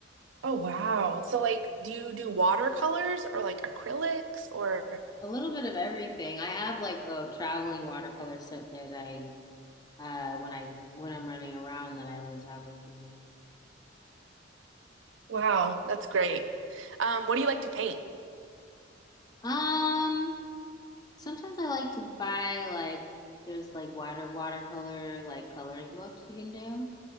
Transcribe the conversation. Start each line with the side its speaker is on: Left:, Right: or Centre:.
Right: oh wow. So like, Do you do watercolors or like acrylics or
Left: A little bit of everything. I have like a traveling watercolor set that I uh when I when I'm running around that I always have with me.
Right: wow. that's great. Um, what do you like to paint?
Left: Um, sometimes I like to buy like there's like water watercolor like coloring books you can do.